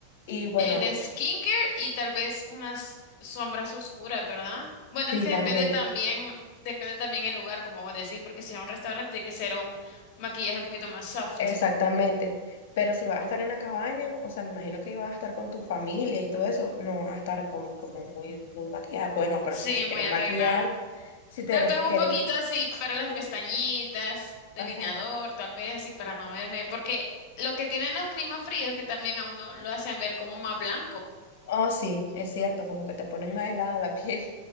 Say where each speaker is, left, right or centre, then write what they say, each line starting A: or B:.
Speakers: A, on the left; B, on the left.
A: Y bueno,
B: el skincare y tal vez unas sombras oscuras, ¿verdad? Bueno,
A: sí,
B: es que
A: también,
B: depende también, depende también el lugar, como vos decís, porque si es un restaurante tiene que ser un maquillaje un poquito más soft.
A: exactamente. Pero si vas a estar en la cabaña, o sea, me imagino que ibas a estar con tu familia y todo eso, no vas a estar como, como muy, muy maquillada. Bueno, pero
B: Sí,
A: si te quieres
B: muy arreglada.
A: maquillar, si te
B: Tal
A: querés,
B: vez un
A: querés.
B: poquito así para las
A: <laughs>
B: pestañitas, delineador,
A: Ajá.
B: tal vez así para no verme, porque lo que tienen los climas fríos es que también a uno lo hacen ver como más blanco.
A: Oh, sí, es cierto, como que te ponen más helada la piel.